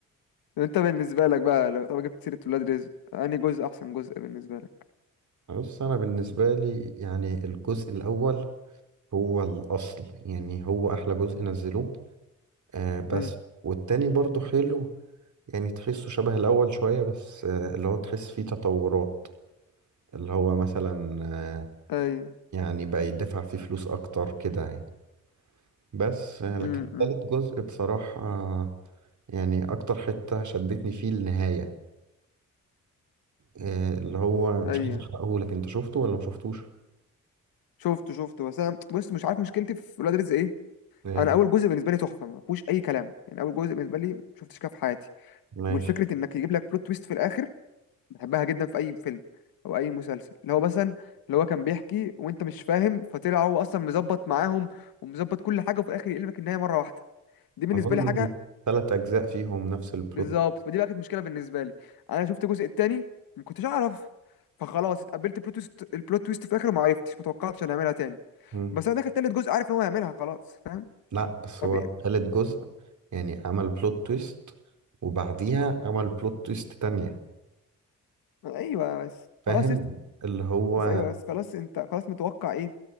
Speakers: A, on the left; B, on the right.
A: انت بالنسبه لك بقى لو طب جبت سيره ولاد رزق انهي جزء احسن جزء بالنسبه لك
B: بص انا بالنسبه لي يعني الجزء الاول هو الاصل يعني هو احلى جزء نزلوه آه بس
A: امم
B: والتاني برضو حلو يعني تحسه شبه الاول شويه بس آه اللي هو تحس فيه تطورات اللي هو مثلا آه
A: ايوه
B: يعني بقى يدفع فيه فلوس اكتر كده يعني بس آه لكن
A: امم
B: تالت جزء بصراحه آه يعني اكتر حته شدتني فيه النهايه آه اللي هو مش
A: ايوه
B: عايز احرقهولك انت شفته ولا مشفتوش
A: شفته شفته بس انا بص مش عارف مشكلتي في ولاد رزق ايه
B: آه
A: انا اول جزء بالنسبه لي تحفه ما فيهوش اي كلام يعني اول جزء بالنسبه لي ما شفتش كده في حياتي
B: ماشي
A: والفكره انك يجيب لك بلوت تويست في الاخر بحبها جدا في اي فيلم او اي مسلسل اللي هو مثلا اللي هو كان بيحكي وانت مش فاهم فطلع هو اصلا مظبط معاهم ومظبط كل حاجه وفي الاخر يقلبك النهايه مره واحده دي بالنسبه
B: أظن
A: لي حاجه
B: ثلاث أجزاء فيهم نفس البلوت
A: بالظبط ما دي بقى كانت مشكله بالنسبه لي انا شفت الجزء التاني ما كنتش اعرف فخلاص اتقبلت البلوت تويست البلوت تويست في الاخر وما عرفتش ما توقعتش انا هعملها تاني
B: مم.
A: بس انا داخل تالت جزء عارف ان هو هيعملها خلاص فاهم
B: لا بس
A: طب
B: هو
A: إيه؟
B: تالت جزء يعني عمل بلوت تويست وبعديها عمل بلوت تويست تانية
A: ايوه بس
B: فاهم
A: خلاص يست...
B: اللي هو
A: بس ايوه بس خلاص انت خلاص متوقع ايه